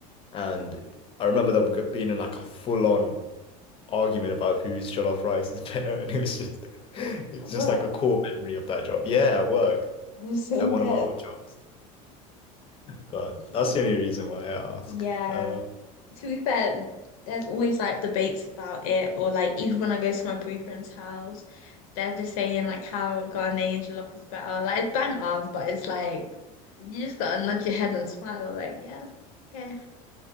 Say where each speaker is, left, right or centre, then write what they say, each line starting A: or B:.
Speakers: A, on the left; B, on the left.
A: and I remember them g- being in like a full-on argument about whose jollof rice is <laughs> better, and it was just <laughs> it's
B: At work,
A: just like a core memory of that job. Yeah, at work
B: I'm so
A: at one
B: dead.
A: of my old jobs, but
B: <laughs>
A: that's the only reason why I ask.
B: Yeah.
A: Um,
B: To be fair, there's always like debates about it, or like even when I go to my boyfriend's house, they're just saying like how Ghanaian jollof is better. Like it's banter, but it's like you just gotta nod your head and smile. Like yeah, okay,